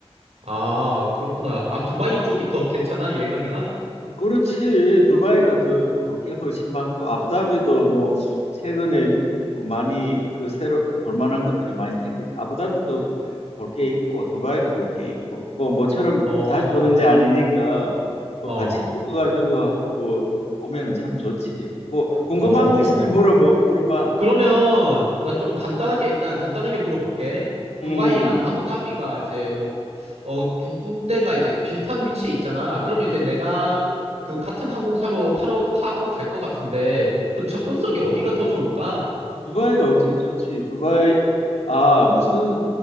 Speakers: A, on the right; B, on the left.
A: 아, 그렇구나. 아, 두바이 쪽이 더 괜찮아, 여행하기가?
B: 그렇지. 두바이가 더 볼 게 훨씬 많고 아부다비도 뭐 최근에 많이 그 새로 볼 만한 것들이 많이 생겼지. 아부다비도 볼 게 있고 두바이도 볼 게 있고 뭐 모처럼
A: 어,
B: 자주 오는 데 아니니까 뭐
A: 어,
B: 같이 묶어 가지고 뭐 오면은 참 좋지. 뭐 궁금한
A: 어.
B: 거 있으면 물어봐. 물어봐.
A: 그러면 나 좀 간단하게 일단 간단하게 물어볼게. 두바이랑
B: 음.
A: 아부다비가 이제 뭐, 어, 두 군데가 이제 비슷한 위치에 있잖아. 그러면 이제 내가 그 같은 항공사로 타러, 타고 갈 것 같은데 그 접근성이 어디가 더 좋을까?
B: 두바이가 훨씬 좋지. 두바이, 아, 무슨,